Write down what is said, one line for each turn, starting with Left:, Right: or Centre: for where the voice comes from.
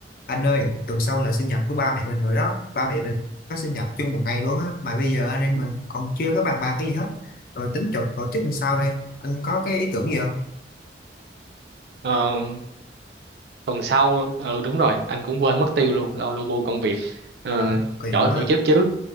Left: anh ơi tuần sau là sinh nhật của ba mẹ mình rồi đó ba mẹ mình có sinh nhật chung một ngày luôn á mà bây giờ anh em mình còn chưa có bàn bạc cái gì hết rồi tính tổ, tổ chức làm sao đây anh có cái ý tưởng gì không
Right: Ờ, tuần sau ừ đúng rồi anh cũng quên mất tiêu luôn lo lu bu công việc ờ,
Left: cũng kỳ
Right: chỗ
Left: quá
Right: tổ chức chứ